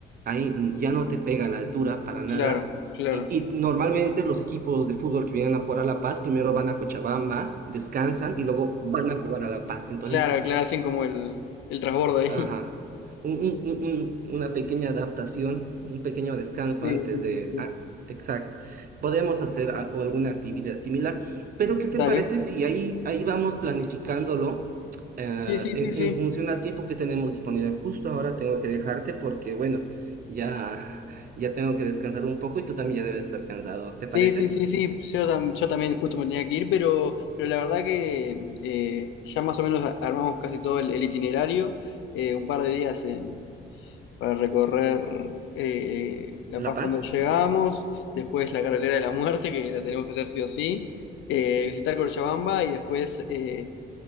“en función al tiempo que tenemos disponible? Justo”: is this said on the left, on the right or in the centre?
Right